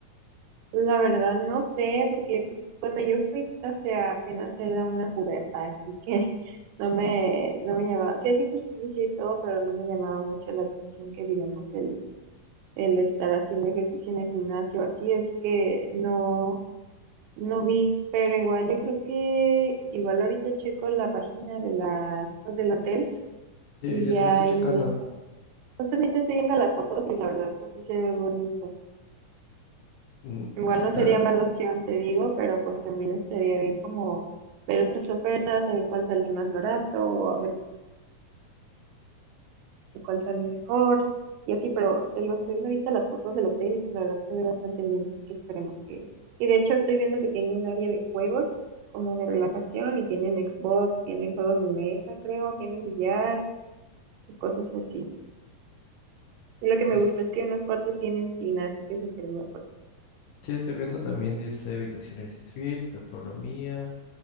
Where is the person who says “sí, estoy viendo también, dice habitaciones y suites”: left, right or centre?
Left